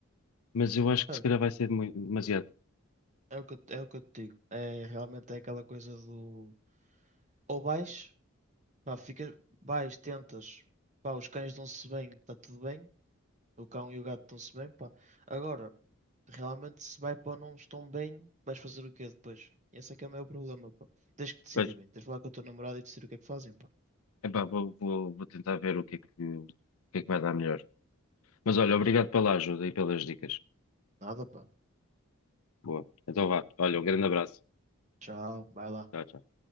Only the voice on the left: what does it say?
Mas eu acho que
se calhar vai ser demui- demasiado.
Pois,
epá, vou, vou, vou tentar ver o que é que, o que é que vai dar melhor. Mas olha, obrigado pela ajuda e pelas dicas.
Boa. Então vá. Olha, um grande abraço.
Tchau, tchau.